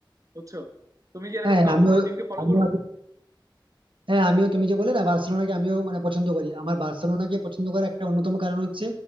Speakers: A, on the right; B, on the right.
A: বুঝছো তুমি কি এরকম
B: হ্যাঁ
A: কাউ-
B: আমি
A: কোনো টিমকে ফলো
B: আমি
A: করো
B: হ্যাঁ আমিও তুমি যে বলে না বার্সেলোনাকে আমিও মানে পছন্দ করি আমার বার্সেলোনাকে পছন্দ করার একটা অন্যতম কারণ হচ্ছে